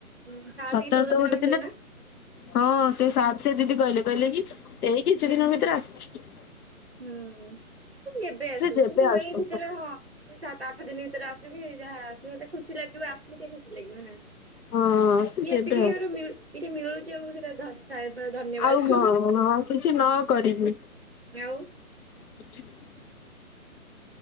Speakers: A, on the right; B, on the left.
A: ହୁଁ ସାତ
B: ସତରଶହ
A: କି ଚଉଦ ଦିନ
B: ଗୋଟେ
A: ଭିତରେ ନା।
B: ହଁ ସେ ସା ସେ ଦିଦି କହିଲେ କହିଲେ କି ଏଇ କିଛି ଦିନ ଭିତରେ ଆସିଛି
A: ହୁଁ। ତ ଯେବେ ଆସୁ
B: ସେ ଯେବେ
A: ତୁ
B: ଆସୁ
A: ଏଇ ଭିତରେ ହଁ ସାତ ଆଠ ଦିନ ଭିତରେ ଆସୁକି ଯାହା <unintelligible> ହେଲେ ଖୁସି ଲାଗିବ ଆସମିତି ଖୁସି ଲାଗିବ ନା
B: ହଁ ସେ
A: ଇଏ
B: ଯେବେ
A: ଏତିକି
B: ଆସୁ।
A: ଆ ଏଠି ମିଳୁଛି ଆମକୁ ସେଇଟା <unintelligible> ଧନ୍ୟବାଦ।
B: ଆଉ ହଁ ହଁ କିଛି ନ କରିବି।
A: ଆଉ
B: <inaudible>